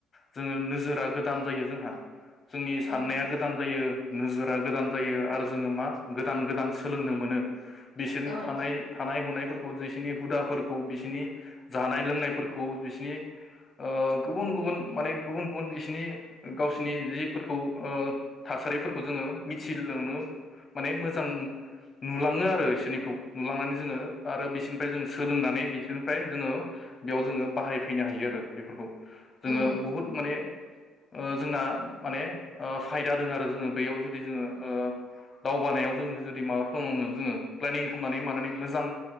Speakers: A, on the left; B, on the left.
A: जोङो नोजोरा गोदान जायो जोंहा। जोंनि साननाया
B: औ
A: गोदान जायो। नोजोरा गोदान जायो आरो जोङो मा गोदान गोदान सोलोंनो मोनो। बिसोरनि
B: औ
A: थानाय थानाय। बिसोरनि हुदा फोरखौ बिसोरनि जानाय लोंनाय फोरखौ बिसोरनि ओ गुबुन गुबुन माने गुबुन गुबुन। बिसिनि गावसोरनि जिफोरखौ। थासारिफोरखौ जोङो मिथिलांनो माने मोजां नुलाङो आरो। बिसोरनिखौ नुलांनानै जोङो आरो बिसोरनिफ्राय जोङो सोलोंनानै बिसोरनिफ्राय जोङो बेयाव जोङो बाहायफैनो हायो आरो बेफोरखौ। जोङो
B: उम
A: बुहुत माने ओ जोंना माने ओ फायदा दोङो आरो जोङो बेयाव जुदि जोङो ओ दावगानायाव जों जुदि माबा खालामो जोङो। प्लेनिं खामनानै मानानै मोजां